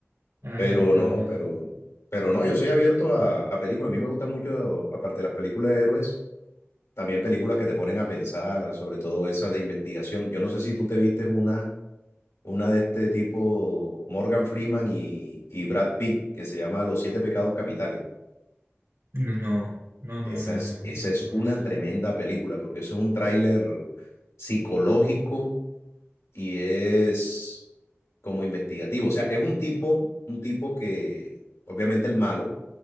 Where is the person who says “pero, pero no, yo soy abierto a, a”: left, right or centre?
Left